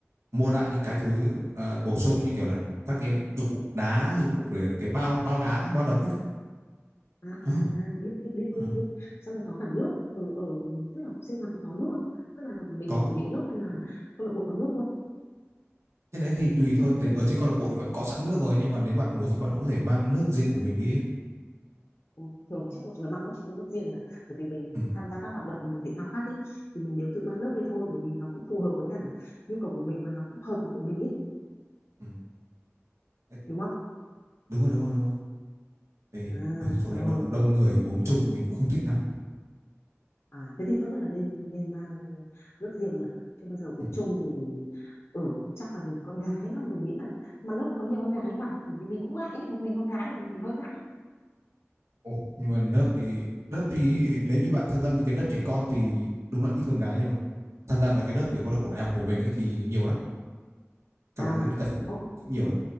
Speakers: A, on the right; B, on the left.
A: mua lại những cái thứ ờ, bổ sung như kiểu là các cái dụng cụ đá dụng cụ để cái bao bao đá bao đấm ấy cơ.
B: À, à,
A: Ờ,
B: à, biết biết biết
A: ờ,
B: biết biết xong rồi có cả nước ở ở tức là sinh hoạt thì có nước không tức là mình
A: có
B: phải chuẩn bị nước hay là câu lạc bộ có nước luôn
A: cái đấy thì tùy thôi Thì
B: tức là
A: ở trên câu lạc bộ thì vẫn có sẵn nước rồi nhưng mà nếu bạn muốn thì bạn cũng có thể mang nước riêng của mình đi ấy.
B: ừ, thường thì chắc mọi người mang nước nước riêng nhỉ bởi vì mình
A: ừ,
B: tham gia các hoạt động thể thao khác ấy thì mình đều tự mang nước đi thôi bởi vì nó cũng phù hợp với cả nhu cầu của mình và nó cũng hợp với của mình ấy
A: ừ. Đấy,
B: đúng không
A: đúng rồi đúng rồi đúng rồi thì
B: à
A: ở chỗ đấy
B: rồi
A: nó cũng đông người uống chung mình cũng không thích lắm
B: À, thế thì tốt nhất là nên nên mang nước riêng nhỉ chứ bây giờ uống
A: ừ.
B: chung thì ừ, chắc là vì con gái nữa mình nghĩ là mà lớp này có nhiều con gái không bạn bởi vì mình cũng ngại ấy. một mình con gái thì hơi ngại
A: Ồ, nhưng mà lớp thì lớp thì nếu như bạn tham gia những cái lớp trẻ con thì đúng là ít con gái nhưng mà tham gia vào cái lớp kiểu câu lạc bộ đại học của mình ấy thì nhiều lắm các
B: à
A: bạn nữ đi tập cũng
B: ok
A: cũng nhiều lắm